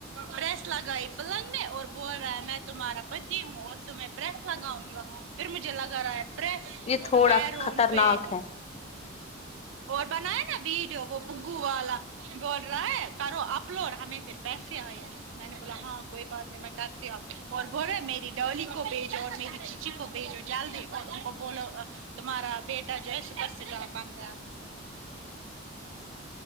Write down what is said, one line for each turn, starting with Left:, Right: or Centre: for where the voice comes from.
Right: پریس لگائی پلنگ میں اور بول رہا ہے میں تمہارا پتی ہوں اور تمہیں پریس لگاؤں گا پھر مجھے لگا رہا ہے پریس
Left: یہ تھوڑا
Right: پیروں
Left: خطرناک
Right: پہ ہ
Left: ہے
Right: اور بنائے نا ویڈیو وہ بگو والا بول رہا ہے کرو اپ لوڈ ہمیں پھر پیسے آئے ہیں میں نے بولا ہاں کوئی بات نہیں میں کر اور بولے میری ڈولی کو بھیجو اور میری چیچی کو بھیجو جل دی اور ان کو بولو تمہارا بیٹا جو ہے سوپر سٹار بن گیا